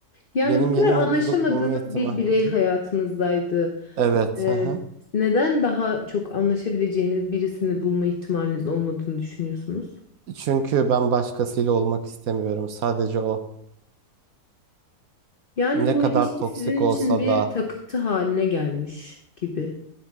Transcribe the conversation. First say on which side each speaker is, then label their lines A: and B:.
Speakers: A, on the left; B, on the right.
A: Yani
B: Benim
A: bu kadar
B: yeni mutluluk
A: anlaşamadığınız
B: bulma ihtimali.
A: bir birey
B: Hı hı.
A: hayatınızdaydı.
B: Evet.
A: Ee,
B: Hı hı.
A: neden daha çok anlaşabileceğiniz birisini bulma ihtimaliniz olmadığını düşünüyorsunuz?
B: Çünkü ben başkasıyla olmak istemiyorum. Sadece o.
A: Yani
B: Ne
A: bu
B: kadar
A: ilişki
B: toksik
A: sizin için
B: olsa
A: bir
B: da.
A: takıntı haline gelmiş gibi.